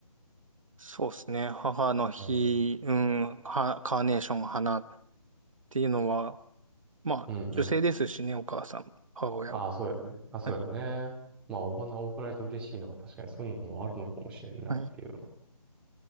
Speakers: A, on the right; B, in the centre.
A: そうですね。母の日、
B: うん。
A: うん、は、カーネーション、花ていうのは、まあ、
B: うんうん。
A: 女性ですしね、お母さんも、母親も。
B: ああ、そうやね。あ、そうやね。
A: はい。
B: まあ、お花を贈られて嬉しいのは確かにそういうのもあるのかもしれんなっていう。
A: はい。